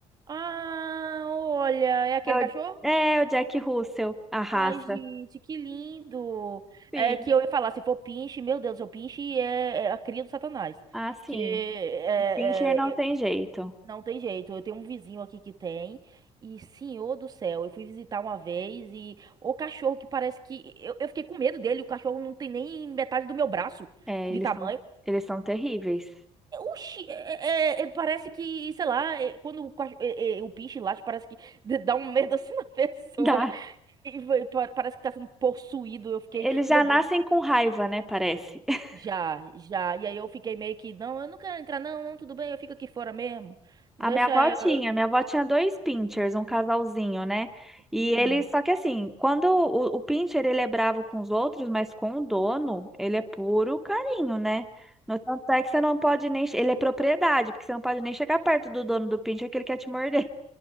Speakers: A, on the right; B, in the centre.
A: Ah, olha, é aquele
B: É o,
A: cachorro?
B: é o Jack Russell, a raça.
A: Ai, gente, que lindo.
B: Sim.
A: É que eu ia falar, se for pinche, meu Deus, o pinche é, é a cria do Satanás.
B: Ah, sim.
A: Que é,
B: O Pincher não
A: é,
B: tem
A: eu-
B: jeito.
A: não tem jeito. Eu tenho um vizinho aqui que tem. E, senhor do céu, eu fui visitar uma vez e o cachorro que parece que. Eu, eu fiquei com medo dele, o cachorro não tem nem metade do meu braço
B: É,
A: de
B: eles
A: tamanho.
B: são, eles são terríveis. <laughs>
A: Oxi, é, é- é- é, parece que, sei lá, é, quando o, cach- é, é, o bicho late, parece que <laughs> d- dá um medo assim na <laughs> pessoa.
B: Tá.
A: E vai- pa- parece que tá sendo possuído. Eu fiquei,
B: Eles já
A: meu Deus
B: nascem
A: do céu.
B: com raiva, né? Parece. <laughs>
A: Já, já. E aí eu fiquei meio que, não, eu não quero entrar, não, não, tudo bem, eu fico aqui fora mesmo. Deixa
B: A minha avó
A: eu.
B: tinha, minha avó tinha dois Pinchers, um casalzinho, né? E
A: Hum,
B: ele, só que assim, quando o, o Pinscher, ele é bravo com os outros, mas com o dono, ele é puro carinho, né? No tanto é que você não pode nem, ele é propriedade, porque você não pode nem chegar perto do dono do Pinscher que ele quer te morder.